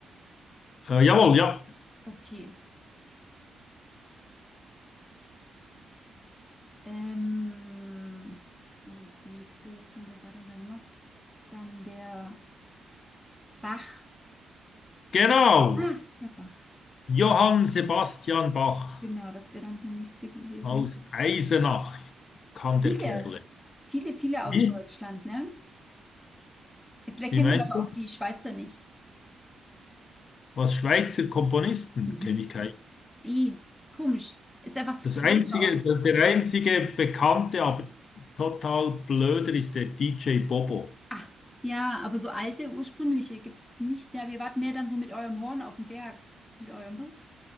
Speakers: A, on the left; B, in the centre.
A: Äh, jawohl, ja.
B: Okay. Ähm, also Beethoven, wer war denn dann noch? Dann der Bach.
A: Genau.
B: Ah, der Bach.
A: Johann Sebastian Bach
B: Genau, das wäre dann der nächste gewesen.
A: aus Eisenach kam
B: Viele,
A: der Kerle.
B: viele, viele aus
A: Wie?
B: Deutschland, ne? Vielleicht
A: Wie
B: kennt
A: meinst
B: man aber
A: du?
B: auch die Schweizer nicht.
A: Was Schweizer Komponisten
B: Mhm.
A: kenne ich keinen.
B: I, komisch. Ist einfach zu
A: Das
B: klein
A: einzige,
B: bei euch.
A: der einzige bekannte, aber total blöder ist der DJ Bobo.
B: Ah, ja, aber so alte, ursprüngliche gibt es nicht. Ja, wir warten mehr dann so mit eurem Horn auf dem Berg. Mit eurem.